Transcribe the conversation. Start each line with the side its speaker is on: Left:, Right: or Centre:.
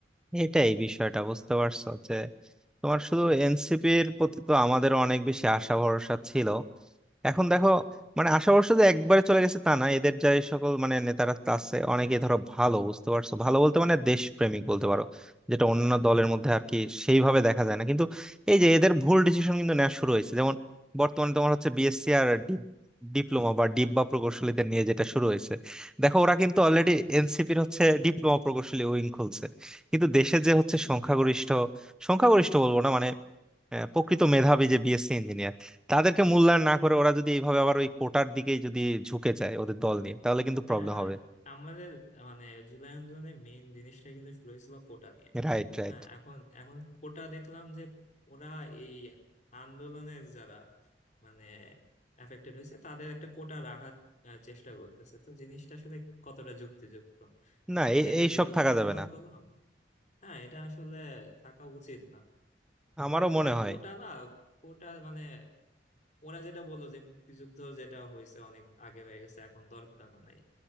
Centre: এটাই বিষয়টা বুঝতে পারছো যে তোমার শুধু এনসিপির প্রতি তো আমাদের অনেক বেশি আশা ভরসা ছিল এখন দেখো মানে আশাবর্ষ যে একবারে চলে গেছে তা না এদের যে সকল মানে নেতারা তা আছে অনেকে ধরো ভালো বুঝতে পারছো ভালো বলতে মানে দেশপ্রেমিক বলতে পারো যেটা অন্য দলের মধ্যে আর কি সেইভাবে দেখা যায় না কিন্তু এই যে এদের ভুল ডিসিশন কিন্তু নেওয়া শুরু হয়েছে যেমন বর্তমানে তোমার হচ্ছে বিএসসি আর ডিপ্লোমা বা ডিব্বা প্রকৌশলীদের নিয়ে যেটা শুরু হয়েছে দেখো ওরা কিন্তু অলরেডি এনসিপির হচ্ছে ডিপ্লোমা প্রকৌশলী উইং খুলছে কিন্তু দেশে যে হচ্ছে সংখ্যাগরিষ্ঠ সংখ্যাগরিষ্ঠ বলবো না মানে আহ, প্রকৃত মেধাবী যে বিএসসি ইঞ্জিনিয়ার তাদেরকে মূল্যায়ন না করে ওরা যদি এইভাবে আবার ওই কোটার দিকেই যদি ঝুঁকে যায় ওদের দল নিয়ে তাহলে কিন্তু
Left: হ্যাঁ
Centre: প্রবলেম
Left: আর
Centre: হবে
Left: আমাদের মানে জুলাই আন্দোলনের মেইন জিনিসটা কিন্তু শুরু হয়েছিল কোটা নিয়ে
Centre: Right right
Left: হ্যাঁ এখন এখন কোটা দেখলাম যে ওরা এই আন্দোলনের যারা মানে এফেক্টেড হয়েছে তাদের একটা কোটা রাখার আহ, চেষ্টা করতেছে তো জিনিসটা আসলে কতটা যুক্তিযুক্ত মানে
Centre: না
Left: আমরা যেটার
Centre: এই
Left: বিরুদ্ধে
Centre: সব থাকা
Left: আন্দোলন
Centre: যাবে না
Left: করলাম হ্যাঁ এটা আসলে থাকা উচিত না
Centre: আমারও
Left: হয়তো
Centre: মনে
Left: আর
Centre: হয়
Left: কোটা না কোটা মানে ওরা যেটা বললো যে মুক্তিযুদ্ধ যেটা হয়েছে অনেক আগে হয়ে গেছে এখন দরকার নাই